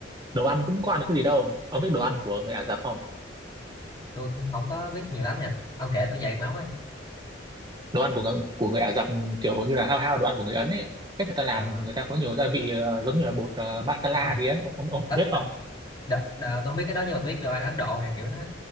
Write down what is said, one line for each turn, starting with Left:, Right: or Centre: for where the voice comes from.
Right: đồ ăn cũng có ăn được cái gì đâu ông biết đồ ăn của người Ả Rập không
Left: tôi cũng không có biết nhiều lắm nha ông kể tôi dày máu ấy
Right: đồ ăn của người, của người Ả Rập kiểu như là hao hao đồ ăn của người Ấn ấy cách người ta làm
Left: à,
Right: người ta có nhiều gia vị ờ, giống như là bột ờ, masala
Left: <laughs>
Right: gì á ông, ông ông
Left: đ,
Right: biết không
Left: đ, đ, tôi không biết cái đó nhưng mà tôi biết đồ ăn Ấn Độ hay kiểu nó